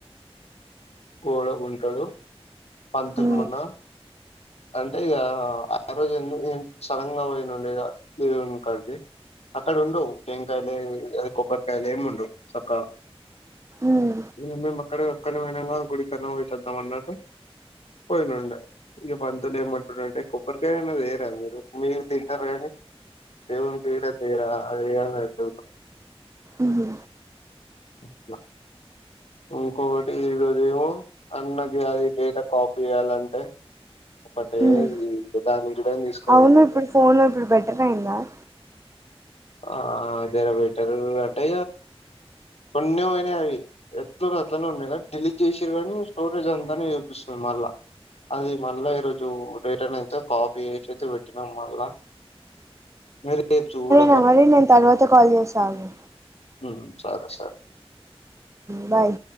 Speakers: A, on the left; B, on the right.
A: గోడ గుంటలు పంతుల్
B: ఉమ్
A: మున్న అంటే ఇగా ఆరోజు ఎ సడన్ గా వోయినుండే ఇగా దేవుని కాడికి అక్కడ ఉండవు టెంకాయలు కొబ్బరికాయలు ఏమి ఉండవు సక్కా
B: ఉమ్
A: మేమ్ మేమ్ అక్కడ ఒక్కనే ఉన్నానుగా గుడికన్న పోయేసద్దాం అన్నట్ పోయినండి ఈ పంతులు ఏమంటుడంటే కొబ్బరికాయ అన్నా దేరా మీరు మీరు తింటారు కానీ దేవునుకి <unintelligible>
B: ఉహు
A: అట్లా ఇంకొకటి ఈరోజేమో అన్నకి అది డేటా కాపీ ఇయాలంటే ఒకటే
B: ఉమ్
A: విధానించడే తీసుకోలేందంటే
B: అవును ఇప్పుడు ఫోన్ ఇప్పుడు బెటర్ అయిందా
A: ఆ అదే వీటల్ అంటే తొన్నమనివి ఎట్ల ఉన్నాయ్ అట్లనే ఉన్నాయి కానీ డిలీట్ చేసిరు అని స్టోరేజ్ అంతానే చూపిస్తుంది మల్ల అది మళ్ళా ఈరోజు డేటర్న్ అయితే కాపీ చేసి పెట్టినాము మళ్ళా. మీర్ రేప్ చూడ
B: సారి నేను తర్వాత కాల్ చేస్త ఆగు
A: ఉ సరే సరే
B: బాయ్